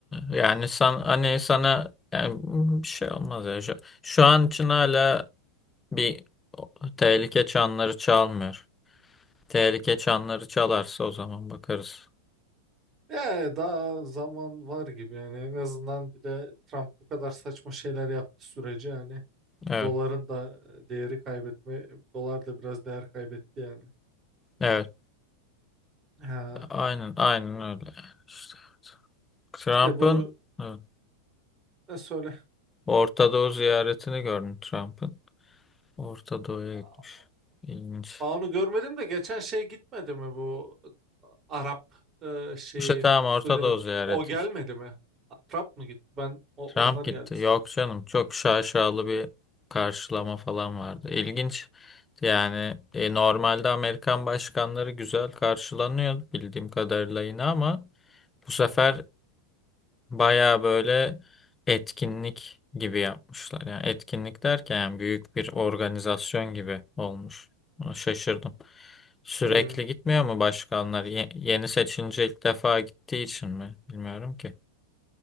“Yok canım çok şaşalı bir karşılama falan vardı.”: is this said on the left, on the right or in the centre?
Left